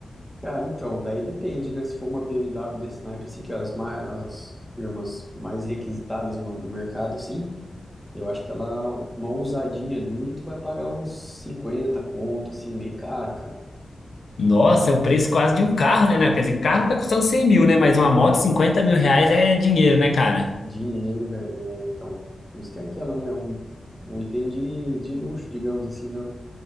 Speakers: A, in the centre; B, on the left (about 60°).
A: Cara, então, daí depende, né? Se for uma BMW desse naipe, assim, que é as mais, as, digamos, mais requisitadas no, no mercado, assim, eu acho que ela, uma ousadinha ali, tu vai pagar uns 50 conto, assim, é meio caro, cara.
B: Nossa, é o preço quase de um carro, né? né? Quer dizer, carro tá custando 100 mil, né? Mas uma moto, 50 mil reais é dinheiro, né, cara?
A: Dinheiro, velho, é, então, por isso que é aquela, né? Um, um item de, de luxo, digamos assim, né?